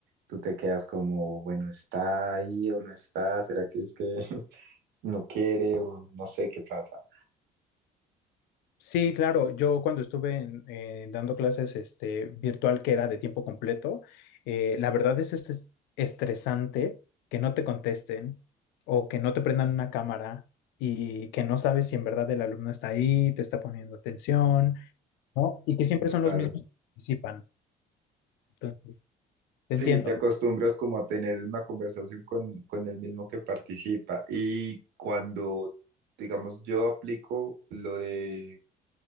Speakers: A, on the right; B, on the left.
A: tú te quedas como, bueno, ¿está ahí o no está? ¿Será que es que <laughs> no quiere o no sé qué pasa?
B: Sí, claro. Yo cuando estuve en- eh, dando clases este, virtual que era de tiempo completo, eh, la verdad es estres- estresante que no te contesten o que no te prendan una cámara y que no sabes si en verdad el alumno está ahí, te está poniendo atención, ¿no? Y que siempre
A: Total.
B: son los mismos que participan. Entonces,
A: Sí,
B: te entiendo.
A: te acostumbras como a tener una conversación con, con el mismo que participa. Y cuando, digamos, yo aplico lo de